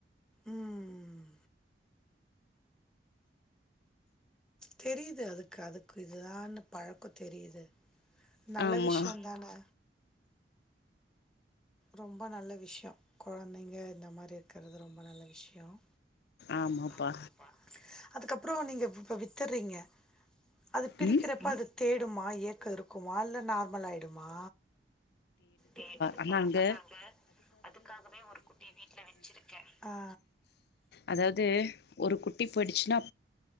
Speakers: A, in the centre; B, on the left.
A: ம். தெரியுது அதுக்கு அதுக்கு இதுதான்னு பழக்கம் தெரியுது நல்ல
B: ஆமா
A: விஷயம் தானே ரொம்ப நல்ல விஷயம் குழந்தைங்க இந்த மாதிரி இருக்கிறது ரொம்ப நல்ல விஷயம்
B: ஆமாப்பா
A: ஆமாா அதுக்கப்புறம் நீங்க இப்ப வித்துடுறீங்க அது பிரிக்கிறப்ப
B: ம்
A: அது தேடுமா இயக்க இருக்குமா இல்ல நார்மல் ஆயிடுமா தேடுதுப்பா
B: ஆனா அங்க
A: அதல்லாங்க அதுக்காகவே ஒரு குட்டி வீட்டுல வச்சிருக்கே ஆ
B: அதாவது ஒரு குட்டி போயிடுச்சுன்னா